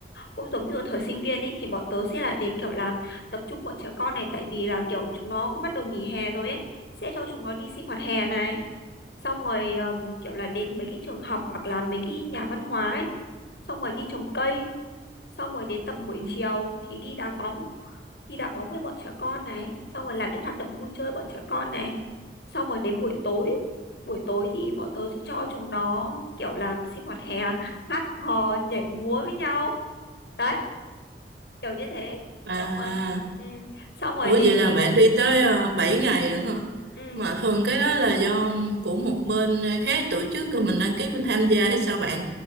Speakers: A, on the left; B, on the right.
A: cũng giống như ở thời sinh viên ấy thì bọn tớ sẽ là đến kiểu là tập trung bọn trẻ con này tại vì là kiểu chúng nó cũng bắt đầu nghỉ hè rồi ấy sẽ cho chúng nó đi sinh hoạt hè này xong rồi ờm, kiểu là đến mấy cái trường học hoặc là mấy cái nhà văn hóa ấy xong rồi đi trồng cây xong rồi đến tầm buổi
B: Ừ.
A: chiều thì đi đá bóng đi đá bóng với bọn trẻ con này xong rồi làm những hoạt động vui chơi bọn trẻ con này xong rồi đến buổi tối buổi tối thì bọn tớ sẽ cho chúng nó kiểu làm sinh hoạt hè hát hò nhảy múa với nhau đấy kiểu như thế
B: À,
A: xong rồi ừ, xong rồi
B: ủa vậy
A: đến
B: là bạn đi tới ờ, 7 ngày được hả?
A: ừ,
B: Mà thường cái đó là do của một bên khác tổ chức rồi mình đăng ký mình tham gia hay sao bạn?